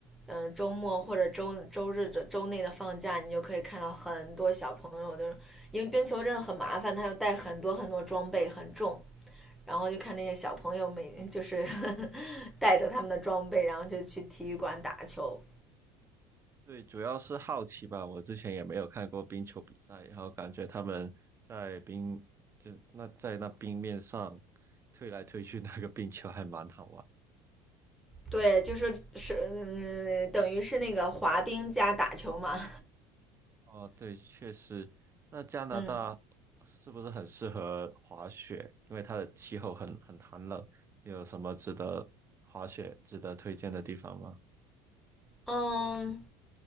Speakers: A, in the centre; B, on the right (about 25°).
A: 嗯，周末或者周周日的周内的放假，你就可以看到很多小朋友，就是因为冰球真的很麻烦，他要带很多很多装备，很重。然后就看那些小朋友每 <laughs> 就是呵呵带着他们的装备，然后就去体育馆打球。
B: 对，主要是好奇吧。我之前也没有看过冰球比赛，然后感觉他们在冰，就那在那冰面上推来推去，<laughs> 那个冰球还蛮好玩。
A: 对，就是是嗯，等于是那个滑冰加打球嘛。
B: 哦，对，确实。那加拿大是不是很适合滑雪？
A: <laughs> 嗯
B: 因为它的气候很很寒冷。你有什么值得滑雪、值得推荐的地方吗？
A: 嗯，